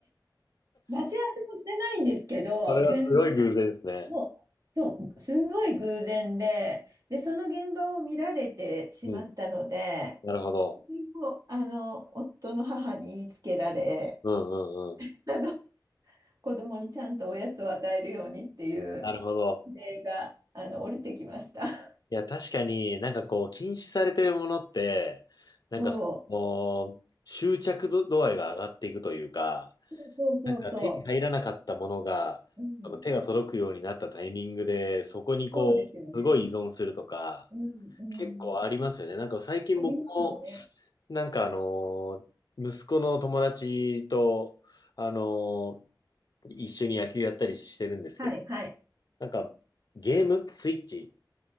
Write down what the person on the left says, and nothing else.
それはすごい偶然ですね。
うん。なるほど。
うんうんうん。
なるほど。
いや、確かになんかこう、禁止されてるものって、
もう、執着度、度合いが上がっていくというか、
なんか手に入らなかったものが、
あの手が届くようになったタイミングで、そこにこう、
すごい依存するとか、
結構ありますよね。なんか最近僕も、
なんかあの、息子の友達と、あの、一緒に野球やったりしてるんですけど、
なんかゲームスイッチ、